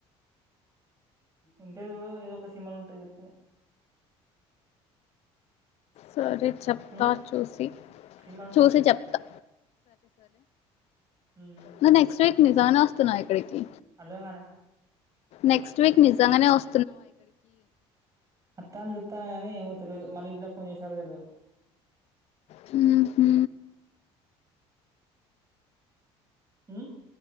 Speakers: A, on the right (about 25°); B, on the left (about 60°).
A: ఉంటే చూడు ఏదో ఒక సినిమా వుంటే చెప్పు
B: సరే చెప్తా
A: ఉమ్
B: చూసి
A: సినిమాలు ఉంటే
B: చూసి
A: చెప్పు
B: చెప్తా
A: ఉమ్
B: ఇంగ నెక్స్ట్ వీక్ నిజగనే వస్తునావా ఇక్కడికి
A: అర్ధంగాలే
B: నెక్స్ట్ వీక్ నిజంగానే వస్
A: అత్తానీ చూత్తాన గానీ ఏమో తె తెలీదు మనింట్లో ఫోన్ చేసారో లేదో
B: హు హు
A: ఉ